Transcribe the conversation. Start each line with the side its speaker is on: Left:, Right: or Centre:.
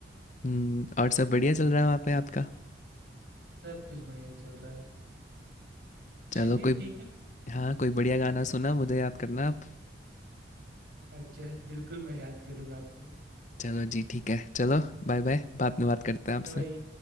Left: हम्म, और सब बढ़िया चल रहा है वहाँ पे आपका
Right: सब कुछ बढ़िया चल रहा है
Left: चलो
Right: चलिए
Left: कोई
Right: ठीक है
Left: हाँ कोई बढ़िया गाना सुना मुझे याद करना आप
Right: अच्छा बिल्कुल मैं याद करूंगा आपको
Left: चलो जी ठीक है चलो बाय बाय बाद में बात करते हैं आपसे
Right: Bye bye